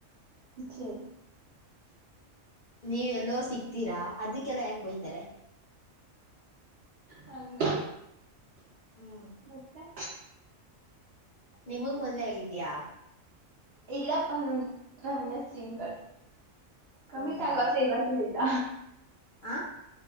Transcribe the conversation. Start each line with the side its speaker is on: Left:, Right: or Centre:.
Right: ಚೈ.
Left: ನೀವ ಎಲ್ಲೋ ಸಿಕ್ತೀರಾ ಅದಕ್ಕೆಲ್ಲ ಯಾಕ ಬಯತಾರೆ.
Right: ಹಂಗ.
Left: ಹ್ಮ್
Right: ಮತ್ತೆ.
Left: ನಿಮಗ್ ಮದ್ವೆ ಆಗಿದ್ಯಾ.
Right: ಇಲ್ಲಪ್ಪ ನಾ ಇನ್ನ ಸಿಂಗಲ್. ಕಮಿಟ್
Left: ಹೌದಾ
Right: ಆಗೋ ಆಸೆ ಇವಾಗಲಿಲ್ಲ.
Left: ಹ.